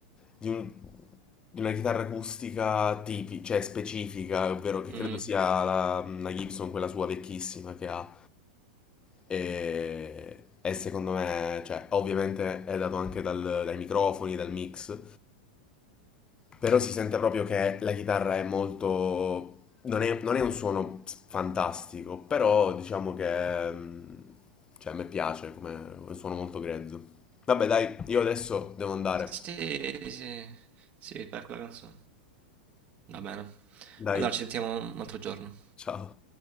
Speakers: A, on the left; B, on the right.
A: di, un- di una chitarra acustica tipi- cioè specifica, ovvero che
B: Mm.
A: credo sia la, la Gibson, quella sua vecchissima che ha. E, e secondo me, cioè, ovviamente è dato anche dal- dai microfoni, dal mix, però si sente proprio che la chitarra è molto... Non è, non è un suono fantastico, però diciamo che... mm, Cioè, a me piace come è un suono molto grezzo. Vabbè, dai, io adesso devo andare.
B: Sì, sì, sì, per quella canzone. Va bene.
A: Dai,
B: Allora ci sentiamo un altro giorno.
A: ciao.